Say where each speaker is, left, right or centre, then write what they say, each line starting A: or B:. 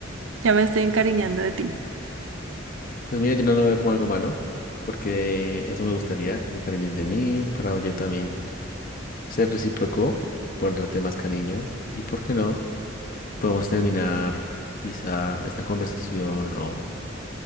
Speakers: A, on the right (about 70°); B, on the left (about 45°).
A: Ya me estoy encariñando de ti.
B: Pues mira, yo no lo veo como algo malo, porque eso me gustaría, que te cariñes de mí, para yo también ser recíproco, por darte más cariño. Y por qué no, podemos terminar quizá esta conversación o